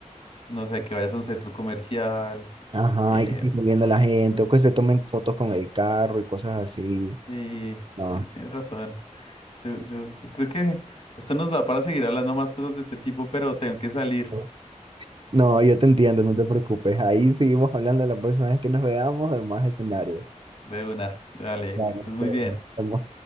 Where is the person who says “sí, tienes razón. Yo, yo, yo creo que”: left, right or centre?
Left